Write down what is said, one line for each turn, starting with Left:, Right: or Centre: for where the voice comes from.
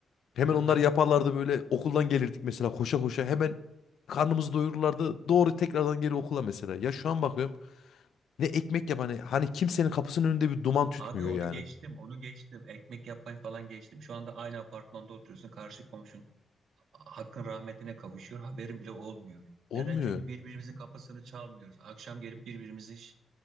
Left: Hemen
Right: <laughs>
Left: onlar
Right: Aha.
Left: yaparlardı böyle okuldan gelirdik mesela koşa koşa hemen karnımızı doyururlardı. Doğru tekrardan geri okula mesela. Ya şu an bakıyorum ne ekmek yap hani, hani kimsenin kapısının önünde bir duman tütmüyor
Right: Abi onu
Left: yani.
Right: geçtim, onu geçtim. Ekmek yapmayı falan geçtim. Şu anda aynı apartmanda oturuyorsun. Karşı komşun hakkın rahmetine kavuşuyor. Haberin bile olmuyor.
Left: Olmuyor.
Right: Neden? Çünkü birbirimizin kapısını çalmıyoruz. Akşam gelip birbirimizi hiç,